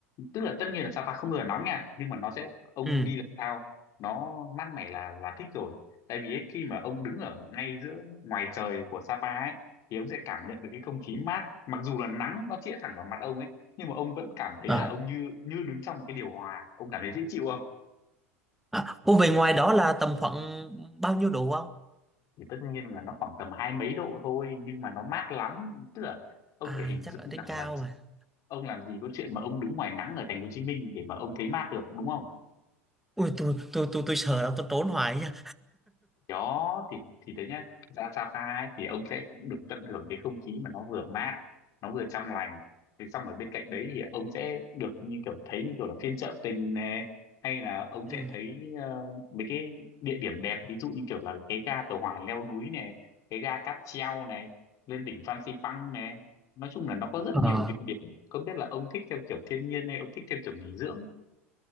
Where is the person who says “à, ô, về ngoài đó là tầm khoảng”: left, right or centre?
Centre